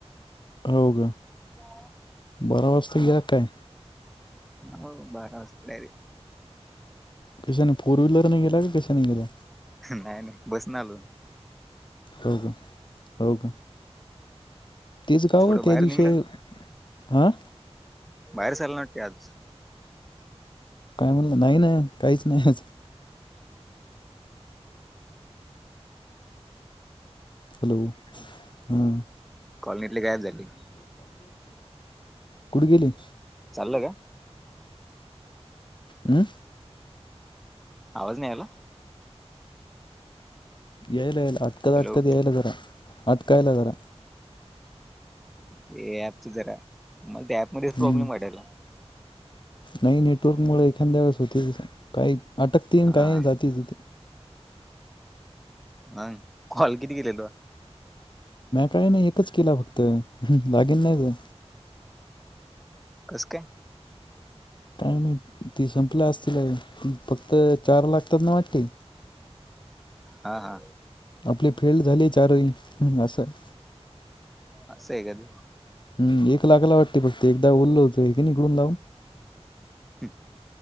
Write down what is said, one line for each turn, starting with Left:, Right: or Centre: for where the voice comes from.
Left: हो का?
Centre: हो.
Left: बरा वाजता या काय?
Centre: हो बारा वाजतला
Left: कशाने फोर व्हीलरने गेला का कशाने गेला.
Centre: नाही नाही बसून आलू
Left: हो का हो का. तेच गाव
Centre: कुठं
Left: त्या
Centre: बाहेर
Left: दिवशी
Centre: निघला
Left: हा.
Centre: बाहेर चालणारते आज
Left: काय म्हणलं नाही ना काहीच नाहीच. हॅलो हम्.
Centre: कॉलनीतली गायब झाली.
Left: कुड गेली.
Centre: चालल का?
Left: हम्म.
Centre: आवाज नाही आला.
Left: येल येल अटकद
Centre: हॅलो
Left: अटकद येल दर अटकयल दार
Centre: ते ऍपच जरा मला त्या ऍप मध्ये प्रॉब्लेम
Left: हम्म
Centre: वाटायला.
Left: नाही नेटवर्क मुळे एखाद्या वेळेस होती, त काही अटकतील
Centre: हा
Left: काय जाती तिथे.
Centre: हंग कॉल किती केले तुवा.
Left: काही नाही एकच केला फक्त बाकी नाही.
Centre: कसकाय.
Left: कायम ती संपल्या असतीलय फक्त चार लागतात ना वाटते.
Centre: हा हा.
Left: आपले फेल्ड झाले चारही असं.
Centre: असं हाय ते.
Left: हम् एक लाखाला वाटते फक्त एकदा बोलो होतो की निघडून लावून.
Centre: हम.